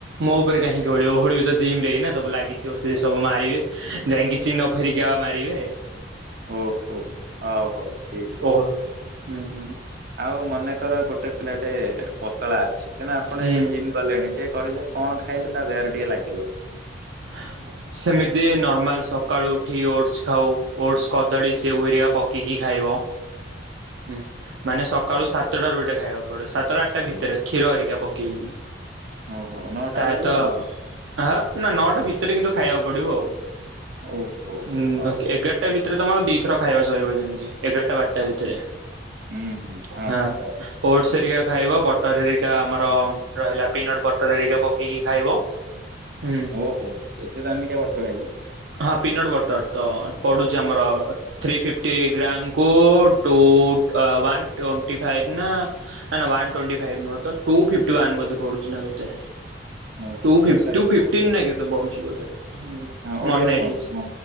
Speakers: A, on the right (about 85°); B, on the right (about 55°).
A: ମୋ ଉପରେ କାହିଁକି ଓହଳିବ ଓହଳିବ ତ ଜିମ ରେ ସବୁ ଲାଗିଥିବ ସେ ସବ ମାରିବେ। ଯାଇକି ଚିହ୍ନ ଫେରିକିବା ମାରିବେ।
B: ଓହୋ-ହୋ ହଉ-ହଉ ଠିକ
A: ଓହ
B: ଅଛି
A: ହୁଁ ହୁଁ
B: ଆଉ ମନେ କର ଗୋଟେ ପିଲାଟେ ପତଳା ଅଛି ତଣୁ ଆପଣ
A: ହୁଁ
B: ଯେହେତ ଜିମ୍ ଗଲେଣି ଟିକେ କହିଲେ କଣ ଖାଇଲେ ତା ଦେହରେ ଟିକେ ଲାଗିବ।
A: ହଁ <inaudible> ସେମିତି ନର୍ମାଲ୍ ସକାଳୁ ଉଠି ଓଟ୍ସ ଖାଉ ଓଟ୍ସ କଦଳୀ ସେ ହରିକା ପକେଇକି ଖାଇ ପାରିବ। ହୁଁ ମାନେ ସକାଳୁ ସାତଟାରୁ ଏଇଟା ଖାଇବାକୁ ପଡିବ, ସାତଟ ଆଠଟା
B: ହୁଁ।
A: ଭିତରେ କ୍ଷୀର ହେରିକା ପକେଇବି
B: ଓହୋ ନଅଟା
A: ତା
B: ହେଇଗଲେ
A: ତ
B: ହବନି
A: ହଁ ନା ନଅଟା ଭିତରେ କିନ୍ତୁ ଖାଇବାକୁ ପଡିବ। ହଁ
B: ଓହୋ ଓହୋ, ହଉ
A: ଏ ଏଗାରଟା ଭିତରେ ତମର ଦିଥର ଖାଇବା ସରିବ ଯେମିତି ଏଗାରଟା ବାରଟା ଭିତରେ
B: ହୁଁ ହୁଁ
A: ହଁ
B: ଯାଇଲି
A: ଓଟ୍ସ ହେରିକା ଖାଇବ ବଟର ହେରିକା ଆମର ରହିଲା ପିନଟ୍ ବଟର ହେରିକା ପକେଇକି ଖାଇବ। ହୁଁ
B: ଓହୋ ଏତେ ଦାମୀ କା ବଟର ଖାଇବୁ।
A: ହଁ ପିନଟ୍ ବଟର୍ ତ ପଡ଼ୁଛି ଆମର ଥ୍ରୀ ଫିଫ୍ଟି ଟ ଗ୍ରାମ କୁ-ଉ-ଉ ଟୁ ଅ ୱାନ ଟୋଣ୍ଟି ଫାଇଫ ନା ନା ନା ୱାନ ଟୋଣ୍ଟି ଫାଇ ଫାଇଫ ନୁହଁ ତ ଟୁ ଫିଫଟି ୱାନ ବୋଧେ ପଡୁଛି ନା କେତେ।
B: ଓହୋ
A: ଟୁ
B: ଦୁଇଶହ ଏକାବନ
A: ଫିଫଟିନ ନା କେତେ ପଢୁଛି ବୋଧେ?
B: ହଁ ଓଡିଆରେ
A: ମନେ ନାହିଁ
B: କୁହନ୍ତୁ
A: ଠିକ ସେ
B: ମୁଁ